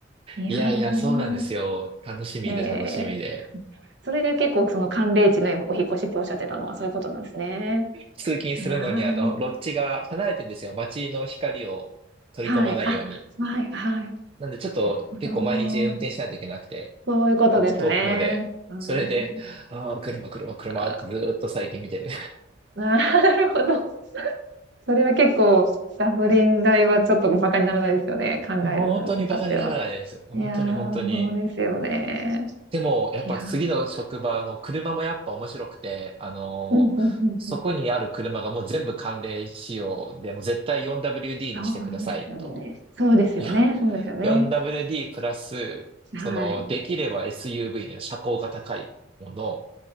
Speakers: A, on the right; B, on the right.
A: いやー、
B: いやいや、そうなんですよ。楽しみで楽しみで。
A: へえ。それで結構その寒冷地のお引っ越しっておっしゃってたのはそういうことなんですね。
B: 通勤するのに、
A: いやー、
B: あの、ロッジが離れてるんですよ。街の光を取り込まないように。
A: はい、あ、はい、はい。
B: なんで、ちょっと結構毎日運転しないといけなくて、
A: なるほど。そういうことですね。
B: 遠くまで。
A: あの、
B: それで、ああ、車、車、車ってずーっと最近見てる。
A: あなるほど。それは結構、ガソリン代はちょっとバカにならないですよね。考えるに至っては。
B: 本当にバカにならないです。本当に本当に。
A: いやー、そうですよね。
B: でも、やっぱ次の職場の車もやっぱ面白くて、
A: いやー、
B: あのーそこにある車がもう全部寒冷仕様で、
A: うんうんうんうん。
B: もう絶対 4WD
A: そうですよね。
B: にしてくださいと。
A: そうですよね。
B: <laughs> よ
A: そうですよね。
B: 4WD プラス、
A: はい。
B: その、できれば SUV の車高が高いもの、